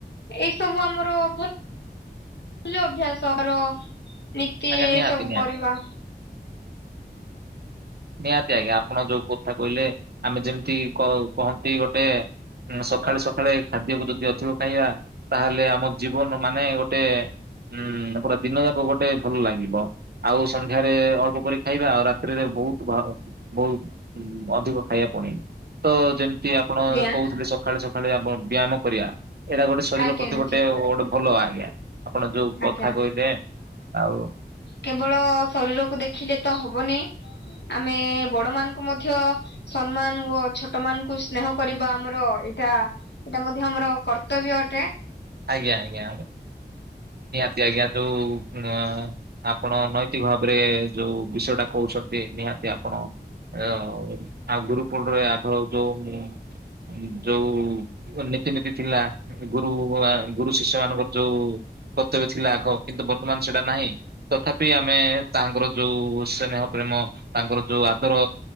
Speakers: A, on the left (about 75°); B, on the right (about 65°).
A: ଏଇ ସବୁ ଆମର <unintelligible> ଭଲ ଅଭ୍ୟାସର ନୀତି
B: ଆଜ୍ଞା
A: ଏ
B: ନିହାତି
A: ସବୁ
B: ନିହାତି।
A: କରିବା।
B: ନିହାତି ଆଜ୍ଞା ଆପଣ ଯୋଉ କଥା କହିଲେ ଆମେ ଯେମିତି କ କହନ୍ତି ଗୋଟେ ସକାଳେ ସକାଳେ ଖାଦ୍ୟକୁ ଯଦି ଅଧିକ ଖାଇବା ତାହେଲେ ଆମ ଜୀବନ ମାନେ ଗୋଟେ ଉଁ ପୁରା ଦିନ ଯାକ ଗୋଟେ ଭଲ ଲାଗିବ। ଆଉ ସନ୍ଧ୍ୟାରେ ଅଳ୍ପ କରି ଖାଇବା ଆଉ ରାତିିରେ ବହୁତ ଭୋ ବହୁତ ଅଧିକ ଖାଇବା ପଡେ ତ ଯେମିତି ଆପଣ
A: ଆଜ୍ଞା
B: କହୁଥିଲେ ସକାଳେ ସକାଳେ ଆପଣ ବ୍ୟାୟାମ କରିବା। ଏଇଟା ଗୋଟେ ଶରୀର
A: ଆଜ୍ଞା
B: ପ୍ରତି
A: ଆଜ୍ଞା
B: ଗୋଟେ ଗୋଟେ ଭଲ ଆଜ୍ଞା। ଆପଣ ଯୋଉ
A: ଆଜ୍ଞା
B: କଥା କହିଲେ ଆଉ
A: କେବଳ ଶରୀରକୁ ଦେଖିଲେ ତ ହବନି ଆମେ ବଡ ମାନଙ୍କୁ ମଧ୍ୟ ସମ୍ମାନ ଓ ଛୋଟ ମାନଙ୍କୁ ସ୍ନେହ କରିବା ଆମର ଏଇଟା ଏଇଟା ମଧ୍ୟ ଆମର କର୍ତ୍ତବ୍ୟ ଅଟେ।
B: ଆଜ୍ଞା ଆଜ୍ଞା ନିହାତି ଆଜ୍ଞା ଯୋଉ ଆଁ ଆପଣ ନୈତିକ ଭାବରେ ଯୋଉ ବିଷୟ ଟା କହୁଛନ୍ତି ନିହାତି ଆପଣ ଆଉ ଗୁରୁକୁଳରେ ଆଗର ଯୋଉ ଯୋଉ ନୀତିନିତି ଥିଲା ଗୁରୁ ଆ ଗୁରୁ ଶିଷ୍ୟ ମାନଙ୍କର ଯୋଉ କର୍ତ୍ତବ୍ୟ ଥିଲା ଆଗ କିନ୍ତୁ ବର୍ତ୍ତମାନ ସେଟା ନାହିଁ ତଥାପି ଆମେ ତାଙ୍କର ଯୋଉ ସ୍ନେନହ ପ୍ରେମ ତାଙ୍କର ଯୋଉ ଆଦର